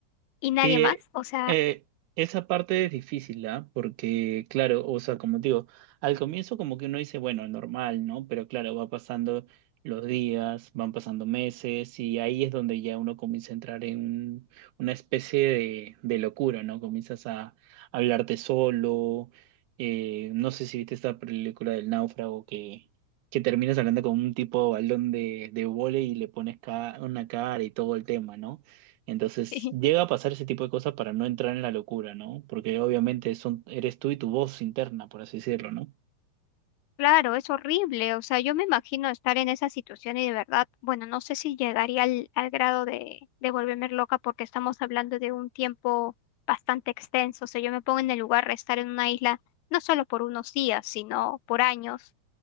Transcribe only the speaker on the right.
Sí,
eh,
eh, esa parte es difícil, ¿ah? Porque, claro, o sea, como te digo, al comienzo como que uno dice, bueno, normal, ¿no? Pero claro, va pasando los días, van pasando meses y ahí es donde ya uno comienza a entrar en un- una especie de, de locura, ¿no? Comienzas a hablarte solo, eh, no sé si viste esta película del náufrago que, que terminas hablando con un tipo balón de, de vóley y le pones ca- una cara y todo el tema, ¿no? Entonces
llega a pasar ese tipo de cosas para no entrar en la locura, ¿no? Porque obviamente son, eres tú y tu voz interna, por así decirlo, ¿no?